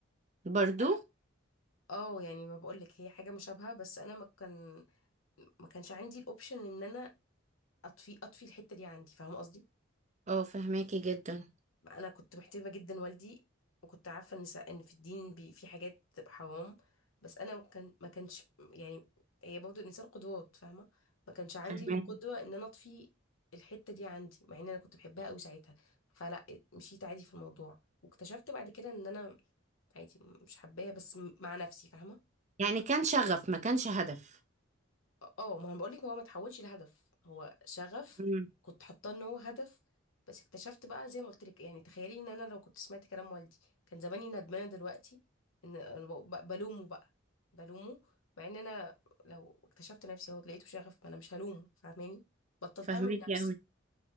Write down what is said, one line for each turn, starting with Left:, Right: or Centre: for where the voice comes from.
Right: برضو
Left: انا اه يعني ما بقولك هي حاجه مشابهه بس انا ما كان ما كانش عندي الاوبشن ان انا اطفي اطفي الحته دي عندي فاهمه قصدي
Right: اه فهماكي جدا
Left: انا كنت محترمه جدا والدي وكنت عارفه ان س- ان في الدين بي في حاجات بتبقى حرام بس انا ما كان ما كانش يعني هي برضه الانسان قدوات فاهمه ما كانش عندي
Right: فهماكي
Left: القدوه ان انا اطفي الحته دي عندي مع ان انا كنت بحبها قوي ساعتها فلا مشيت عادي في الموضوع واكتشفت بعد كده ان انا عادي مش حباها بس مع نفسي فاهمه
Right: يعني كان شغف ما كانش هدف
Left: اه ما انا بقولك هو ما تحولش لهدف هو شغف
Right: امم
Left: كنت حاطاه ان هو هدف بس اكتشفت بقى زي ما قلت لك يعني تخيلي ان انا لو كنت سمعت كلام والدي كان زماني ندمانه دلوقتي ان انا ب- ب- بلومه بقى بلومه مع ان انا لو اكتشفت نفسي اهو لقيته شغف ما انا مش هلومه فاهماني بطلتها
Right: فهماكي
Left: من نفسي